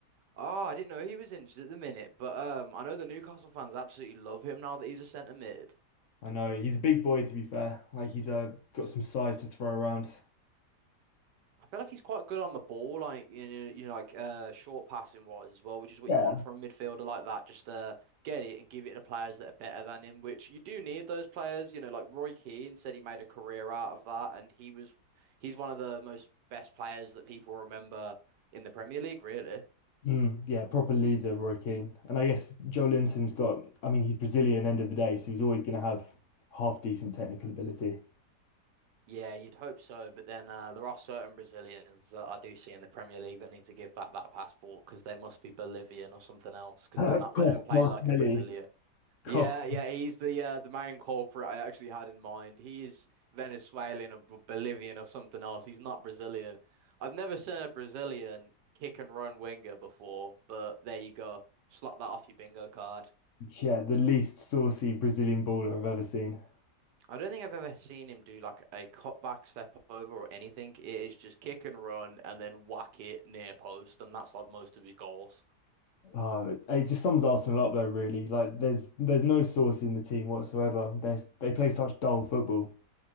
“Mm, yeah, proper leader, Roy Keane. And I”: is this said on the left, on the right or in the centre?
Left